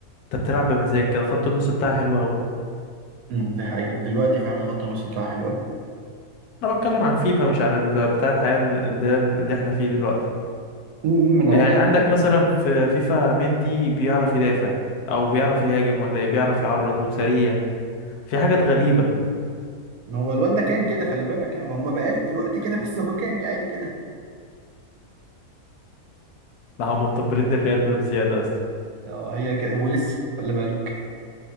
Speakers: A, on the left; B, on the right.
A: انت بتلعب بمزاج كده خط النص بتاعها حلو قوي
B: أمم، ده حقيقة دلوقتي فعلا خط النص بتاعها حلو قوي
A: انا بتكلم عن فيفا مش عن ال... بتاع الحياة اللي هي اللي احنا فيه دلوقتي
B: أمم، أمم، انا
A: يعني
B: قصدي
A: عندك مثلا في فيفا مندي بيعرف يدافع او بيعرف يهاجم ولا إيه؟ بيعرف يعرض وسريع في حاجات غريبة
B: ما هو الواد ده كان كده خلي بالك يعني ما هو ما بقاش دلوقتي كده بس هو كان يعني كده
A: لا هم مطبلين للريال بزيادة بس
B: اه هي كده هو لسه خلي بالك